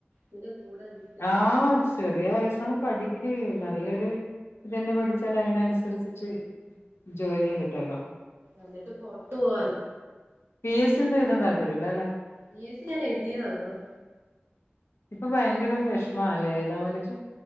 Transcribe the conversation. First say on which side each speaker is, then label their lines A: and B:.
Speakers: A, on the right; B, on the left.
A: ഇതിന്റെ കൂടെ ഡി
B: ആഹ് ചെറിയ വയസ്സന്ന് പഠി <unintelligible> നല്ലൊരു ഇതന്നെ പഠിച്ചാൽ അതിനനുസരിച്ചിട്ട് ജോലി കിട്ടല്ലോ
A: എന്നിട്ട് പുറത്തു പോവാന്.
B: പി എ സി ഒന്നും എഴുതാൻ താല്പര്യമില്ലല്ലേ.
A: പി എ സി ഞാൻ എഴുയതാ കുറെ
B: ഇപ്പൊ ഭയങ്കര വിഷമല്ലേ എഴതാൻ വേണ്ടിട്ട്.